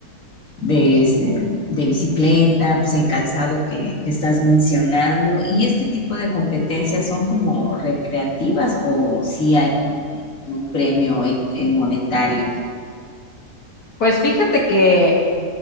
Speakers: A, on the left; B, on the left.
A: de, este, de bicicleta, pues el calzado que, que estás mencionando, y este tipo de competencias son como recreativas o si hay como un premio eh, eh, monetario.
B: Pues fíjate que...